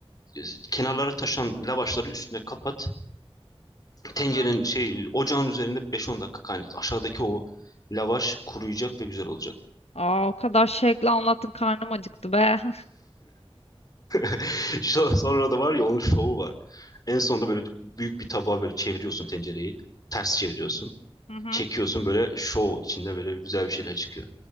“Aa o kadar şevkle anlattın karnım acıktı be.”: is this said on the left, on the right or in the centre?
Left